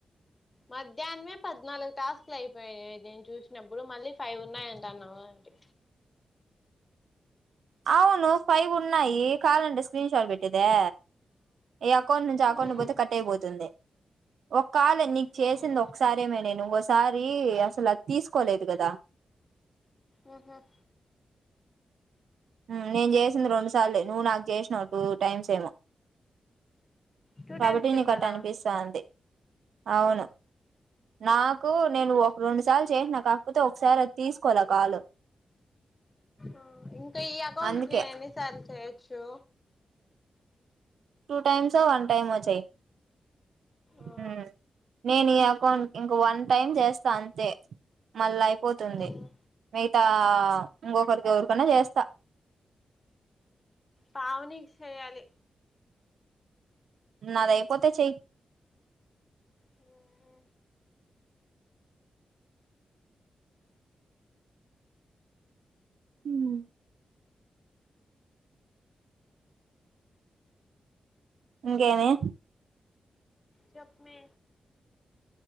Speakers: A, on the left; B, on the right.
A: మధ్యానమే పద్నాలుగు టాస్కులు అయిపోయాయి నేను చూసినప్పుడు, మళ్ళీ ఫైవ్ ఉన్నాయంటన్నావు ఏంటి.
B: అవును ఫైవ్ ఉన్నాయి కాలంటే స్క్రీన్ షాట్ పెట్టేదా ఈ అకౌంట్ నుంచి
A: హ్మ్
B: అకౌంట్ పోతే కట్ అయిపోతుంది. ఒక్ కాల్ నీకు
A: హ్మ్
B: చేసింది ఒకసారే అమ్మి నేను వస్ తారి అసలు అది తీసుకోలేదు గదా
A: ఊహ్మ్
B: ఉమ్ నేను జేసింది రొండు సార్లే నువ్వు నాకు జేష్ నాకు టైమ్ సేము
A: టూ
B: కాబట్టి
A: టైమ్స్ చేస్తానా
B: నీకు అట అనిపిస్తాంది అవును నాకు నేను ఒక రెండు సార్లు చేసిన కాకపోతే ఒకసారి అది తీస్ కొల కాలు
A: ఆ ఇం కీ అకౌంట్కు
B: అందుకే
A: నేన్ ఎన్ని సార్లు చెయ్ చో
B: టూ టైమ్సో వన్ టైమో చెయ్
A: ఆ
B: ఊమ్ నేన్ ఈ అకౌంట్ ఇంకో వన్ టైమ్ జేస్ స్తా అంతే మళ్ళా అయిపోతుంది
A: హ్మ్
B: మితా ఇంగొకరికి ఎవరికన్నా జేస్తా
A: పావనీకి సెయాలి
B: నాదయిపోతే చేయ్
A: ఆఆ
B: ఊమ్ ఇంకేమి
A: చెప్మి